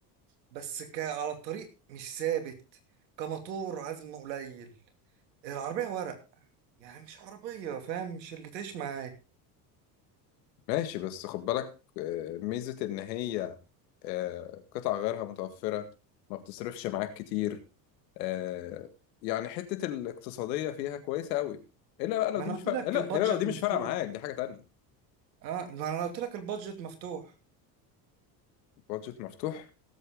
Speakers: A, on the right; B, on the left.
A: بس ك على الطريق مش ثابت كموتور عزم قليل العربية ورق يعني مش عربية فاهم مش اللي تعيش معاه
B: ماشي بس خد بالك آه، ميزه ان هي آه، قطع غيرها متوفره ما بتصرفش معاك كتير آه، يعني حته الاقتصاديه فيها كويسه قوي الا بقى لو
A: ما
B: دي
A: أنا
B: مش
A: قلت
B: فارقه
A: لك
B: الا
A: البادجت
B: الا لو دي مش
A: مفتوح
B: فارقه معاك دي حاجه تانية
A: اه ما أنا قلت لك البادجت مفتوح
B: بادجت مفتوح